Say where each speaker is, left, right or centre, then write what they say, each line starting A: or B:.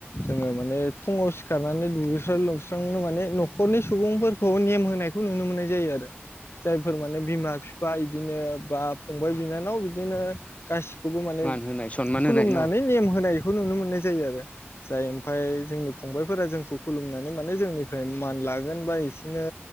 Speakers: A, on the left; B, on the left.
A: जोंङो माने फुङाव सिखारनानै दुगैस्रां लोबस्रांनो माने न'खरनि सुबुंफोर होनायखौ नुनो मोननाय जायो आरो जायफोर माने बिमा बिफा बिदिनो बा फंबाय बिनानाव बिदिनो गसिबो खौबो माने
B: मान होनाय सनमान
A: खुलुमनानै
B: होनाय न' ओ
A: नेम होनायखौ नुनो मोननाय जायो आरो जाय ओमफाय जोंनि फंबायफोरा जोंखौ खुलुमनानै माने जोंनिफ्राय मान लागोन बा एसे बिदिनो